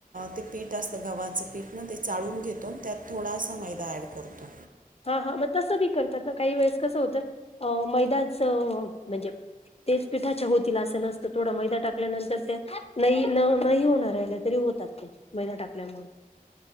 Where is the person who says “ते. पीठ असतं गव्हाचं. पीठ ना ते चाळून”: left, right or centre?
Right